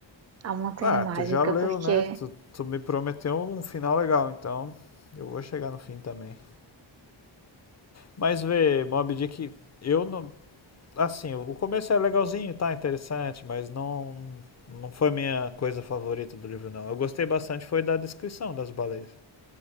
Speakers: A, on the right; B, on the left.
A: a Montanha
B: Ah,
A: Mágica,
B: tu já leu,
A: porque
B: né? Tu, tu me prometeu um final legal, então eu vou chegar no fim também. Mas vê, Mob Dick, eu não. Assim, o começo é legalzinho, tá interessante, mas não. Não foi minha coisa favorita do livro, não. Eu gostei bastante foi da descrição das baleias.